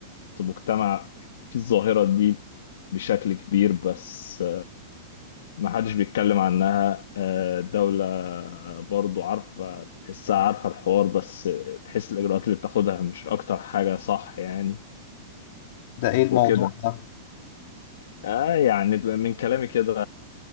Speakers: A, on the left; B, on the left.
A: مجتمع فيه الظاهرة دي بشكل كبير بس ما حدش بيتكلم عنها آه، الدولة برضو عارفة تحسها عارفة الحوار بس تحس الإجراءات اللي بتاخدها مش أكتر حاجة صح يعني
B: ده ايه الموضوع
A: وكده
B: ده؟
A: آه يعني من كلامي كده